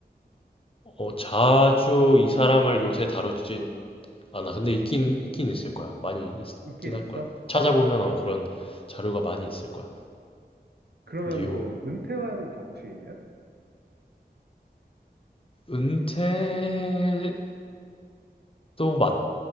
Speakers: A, on the left; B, on the right.
A: 어, 자주 이 사람을 요새 다루진 않아. 근데 있긴, 있긴 있을 거야. 많이 있긴
B: 있긴
A: 할
B: 있어?
A: 거야. 찾아보면 어, 그런 자료가 많이 있을 거야.
B: 그러면
A: 뉴,
B: 뭐 은퇴한 정치인이야?
A: 은퇴도 맞,